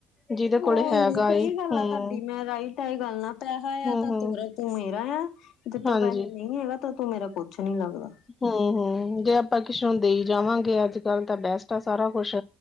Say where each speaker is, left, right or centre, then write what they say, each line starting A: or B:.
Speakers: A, on the left; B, on the left.
A: ਜਿਹਦੇ
B: ਓਹੀ
A: ਕੋਲੇ ਹੈਗਾ
B: ਸਹੀ
A: ਏ
B: ਗੱਲ
A: ਹੂੰ
B: ਆ ਤੁਹਾਡੀ, ਮੈਂ ਰਾਈਟ ਆ ਇਹ ਗੱਲ ਨਾ ਪੈਸਾ
A: ਹੂੰ
B: ਆ ਤਾਂ
A: ਹੂੰ
B: ਤੋਰਾ ਤੂੰ ਮੇਰਾ ਯਾਂ। ਜਿੱਤੋਂ
A: ਹਾਂਜੀ
B: ਪੈਸੇ ਨਹੀਂ ਹੈਗਾ, ਤਾਂ ਉ ਤੂੰ ਮੇਰਾ ਕੁੱਛ ਨੀ ਲੱਗਦਾ।
A: ਹੂੰ-ਹੂੰ, ਜੇ ਆਪਾਂ ਕਿਸਨੂੰ ਦੇਈ ਜਾਵਾਂਗੇ ਅੱਜ-ਕੱਲ ਤਾਂ ਬੈਸਟ ਆ ਸਾਰਾ ਕੁਛ।